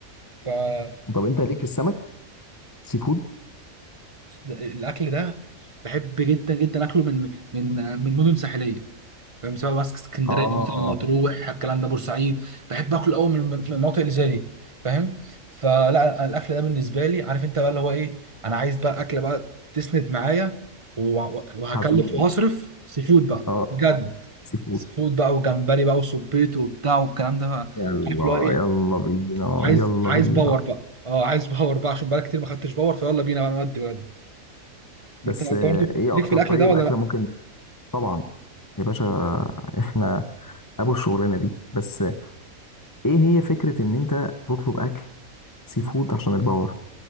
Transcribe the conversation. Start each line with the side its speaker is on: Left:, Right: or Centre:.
Right: فبص
Left: طب انت ليك في السمك سي فود
Right: الاكل ده بحب جدا جدا اكله من من من مدن ساحليه مساوي ماسك اسكندريه
Left: اه
Right: مثل مطروح الكلام ده بورسعيد بحب اكل قوي من من المناطق اللي زي دي فاهم فلا أنا الاكل ده بالنسبه لي عارف انت بقى اللي هو ايه انا عايز بقى اكل بقى تسند معايا و- و- وهكلف
Left: هتقول
Right: وهصرف سي فود بقى
Left: اه
Right: بجد
Left: سي فود
Right: سي فود بقى وجمبري بقى وسبيط وبتاع والكلام ده بقى.
Left: يلا
Right: عارف اللي هو ايه
Left: يلا بينا
Right: عايز
Left: يلا
Right: عايز
Left: بينا
Right: باور بقى اه عايز باور بقى عشان بقى كتير ما خدتش باور فيلا بينا بقى نودي بجد
Left: بس
Right: انت انت
Left: آه،
Right: برضه
Left: ايه
Right: ليك
Left: اكتر
Right: في الاكل
Left: طيب
Right: ده ولا
Left: اكله ممكن طبعا يا باشا احنا ابو الشغلانه دي بس آه، ايه هي فكره ان انت تطلب اكل سي
Right: لا
Left: فود عشان الباور